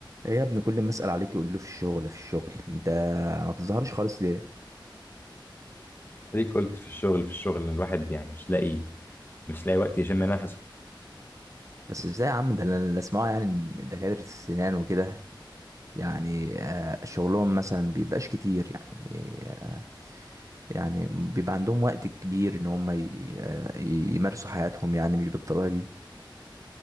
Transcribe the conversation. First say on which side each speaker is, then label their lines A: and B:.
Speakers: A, on the right; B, on the left.
A: ايه يا ابني كل ما اسال عليك يقول له في الشغل في الشغل انت ما بتظهرش خالص ليه
B: اديك قلت في الشغل في الشغل الواحد يعني مش لاقي مش لاقي وقت يشم نفسه
A: بس ازاي يا عم ده انا اللي اسمعه يعني إن دكاتره السنان وكده يعني آه، شغلهم مثلا بيبقاش كتير يعني آه، يعني بيبقى عندهم وقت كبير ان هم ي- آه، يمارسوا حياتهم يعني مش بالطريقه دي